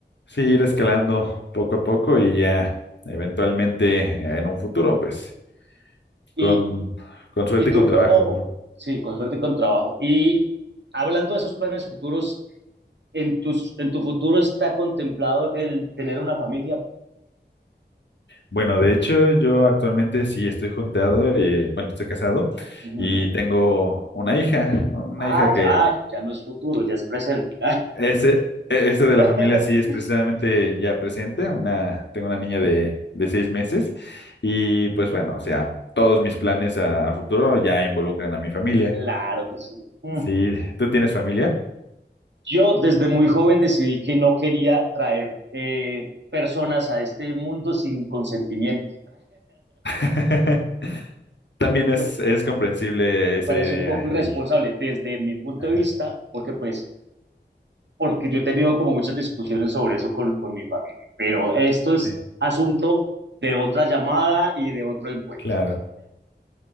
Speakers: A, on the left; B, on the right.
A: sí, ir escalando poco a poco y ya eventualmente eh, en un futuro, pues,
B: Y,
A: con, con suerte
B: y
A: y
B: tú
A: con trabajo,
B: como,
A: bro.
B: sí, con suerte y con trabajo. Y hablando de esos planes futuros, en tus, en tu futuro está contemplado el tener una familia.
A: Bueno, de hecho, yo actualmente sí estoy juntado, eh, bueno, estoy casado
B: Ujú.
A: y tengo una hija, una
B: Ah,
A: hija que
B: ya, ya no es futuro, ya es presente.
A: ese, e- ese de
B: <laughs>
A: la familia sí es precisamente ya presente, una, tengo una niña de, de seis meses y pues bueno, o sea, todos mis planes a, a futuro ya involucran a mi familia.
B: Claro que sí. Mm.
A: Sí, ¿tú tienes familia?
B: Yo desde muy joven decidí que no quería traer eh, personas a este mundo sin consentimiento.
A: <laughs> También es,
B: <laughs>
A: es comprensible esa
B: Parece
A: idea.
B: un poco irresponsable
A: ey,
B: desde mi punto
A: ajá,
B: de vista, porque pues, porque yo he tenido como muchas discusiones sobre eso con, con mi familia, pero esto es
A: sí,
B: asunto de otra llamada y de otro encuentro.
A: claro,